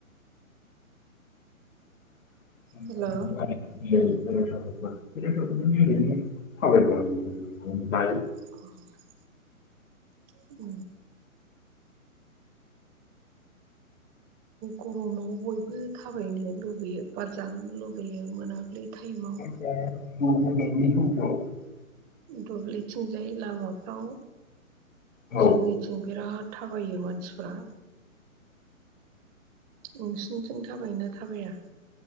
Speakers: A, on the left; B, on the right.
A: <unintelligible>
B: हेल'
A: <unintelligible>
B: <inaudible> उ। गरमाव बयबो थाबायनो लुबैयो। बार जानो लुबैयो मोनाबिलि टाइमाव।
A: <unintelligible>
B: दुब्लिथिंजाय लामाफ्राव
A: औ
B: जोंनि थिं बिराद थाबायो मानसिफ्रा। नोंसिोरनिथिं थाबाय ना थाबाया?